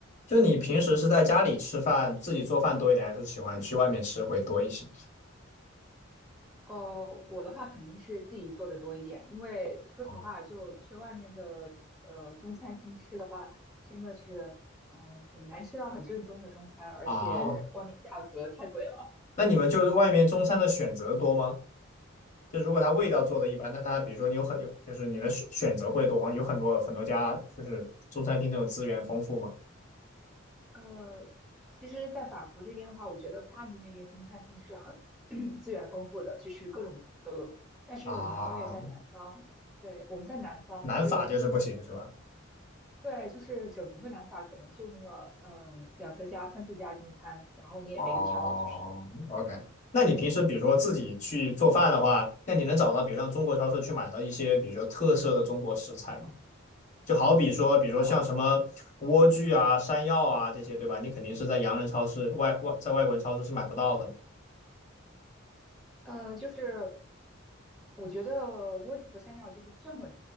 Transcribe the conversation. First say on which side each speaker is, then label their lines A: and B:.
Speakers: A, on the left (about 35°); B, in the centre.
A: 就你平时是在家里吃饭，自己做饭多一点，还是喜欢去外面吃会多一些？
B: 呃，我的话肯定是自己做的多一点，因为说实话，
A: 哦，
B: 就去外面的呃中餐厅吃的话，真的是嗯、呃很难吃到很正宗的中餐，而且外面价格太贵了。
A: 啊，那你们就是外面中餐的选择多吗？就如果它味道做的一般，那它比如说你有很有，就是你的选选择会多吗？有很多很多家就是中餐厅那种资源丰富吗？
B: 呃，其实，在法国这边的话，我觉得巴黎那边中餐厅是很 <clears throat> 资源丰富的，就是各种都有。但是我们因为在南方，
A: 啊，
B: 对，我们在南方，
A: 南法就是不行是吧？
B: 所以对，就是整个南法可能就那么呃两三家、三四家中餐，然后你也没得挑，
A: 哦，OK。
B: 就是。
A: 那你平时比如说自己去做饭的话，那你能找到比如像中国超市去买到一些比如说特色的中国食材吗？就好比说，比如说像什么莴苣啊、
B: 呃
A: 山药啊这些，对吧？你肯定是在洋人超市、外外在外国人超市是买不到的
B: 呃，就是我觉得莴苣和山药就是这么，